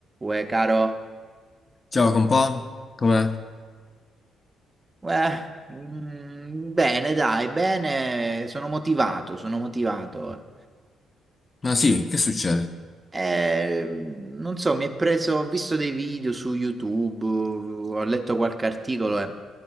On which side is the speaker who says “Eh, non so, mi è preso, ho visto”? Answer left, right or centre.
Right